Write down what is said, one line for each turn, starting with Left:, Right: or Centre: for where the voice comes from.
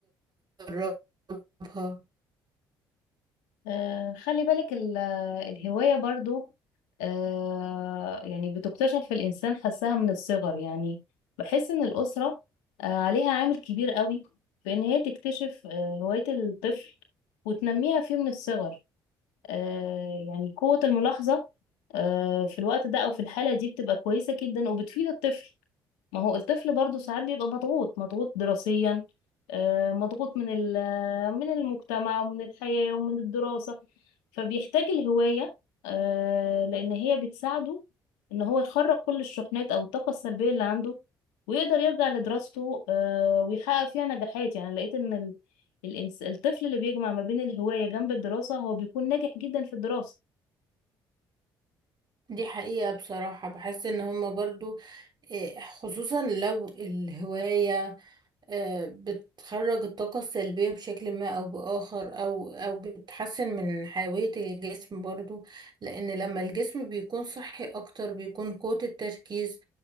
Right: تجربها
Left: آه، خلي بالك ال- الهواية برضو آه، يعني بتكتشف في الإنسان حسها من الصغر يعني بحس إن الأسرة آه، عليها عامل كبير قوي في إن هي تكتشف آه، هواية الطفل وتنميها فيه من الصغر آه، يعني قوة الملاحظة آه، في الوقت ده أو في الحالة دي بتبقى كويسة جدا وبتفيد الطفل ما هو الطفل برضه ساعات بيبقى مضغوط مضغوط دراسيا آه، مضغوط من ال- من المجتمع ومن الحياة ومن الدراسة فبيحتاج الهواية آه، لأن هي بتساعده إن هو يخرج كل الشحنات أو الطاقة السلبية اللي عنده ويقدر يرجع لدراسته آه، ويحقق فيها نجاحات يعني لقيت إن ال- الإنس- الطفل اللي بيجمع ما بين الهواية جنب الدراسة هو بيكون ناجح جدا في الدراسة
Right: دي حقيقة بصراحة بحس ان هما برضو إيه، خصوصا لو الهواية آه، بتخرج الطاقة السلبية بشكل ما او بآخر او او بتحسن من حيوية الجسم برضو لان لما الجسم بيكون صحي اكتر بيكون قوة التركيز